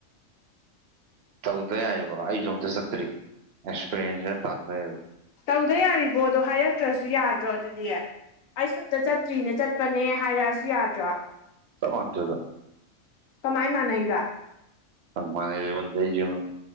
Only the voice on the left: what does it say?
ꯇꯧꯗ ꯌꯥꯔꯤꯕꯣ ꯑꯗꯣ ꯍꯥꯏꯔꯛꯇ꯭ꯔꯁꯨ ꯌꯥꯗ꯭ꯔꯣ ꯑꯗꯨꯗꯤ ꯑꯩꯁꯨꯝꯇ ꯆꯠꯇ꯭ꯔꯤꯅꯦ ꯆꯠꯄꯅꯦ ꯍꯥꯏꯔꯛꯑꯁꯨ ꯌꯥꯗ꯭ꯔꯣ
ꯀꯃꯥꯏ ꯃꯥꯟꯅꯩꯕ